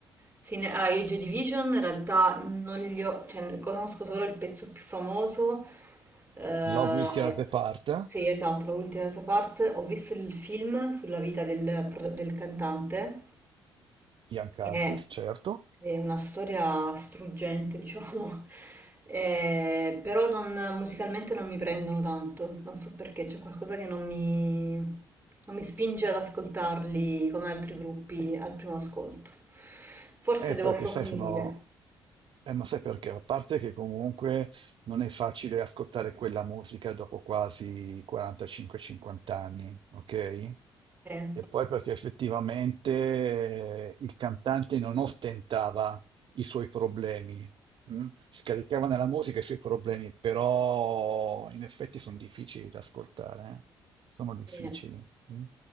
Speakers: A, on the right; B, on the right.
A: Sì, ne- allora, io i Joy Division in realtà non li ho, cioè ne conosco solo il pezzo più famoso. eh,
B: Love Will Tear Us Apart,
A: sì, esatto, l'ultima parte. Ho visto il film sulla vita del, pro- del cantante
B: Young Artist,
A: è,
B: certo.
A: è una storia struggente, diciamo, <laughs> Eh, però non- musicalmente non mi prendono tanto, non so perché, c'è qualcosa che non mi, non mi spinge ad ascoltarli come altri gruppi al primo ascolto. Forse
B: Eh,
A: devo
B: perché
A: approfondire.
B: sai, sono Eh, ma sai perché? A parte che comunque non è facile ascoltare quella musica dopo quasi 45-50 anni, ok?
A: Eh,
B: E poi perché effettivamente eh, il cantante non ostentava i suoi problemi, mm? Scaricava nella musica i suoi problemi, però in effetti sono difficili da ascoltare, eh? Sono difficili.
A: sì,
B: mm?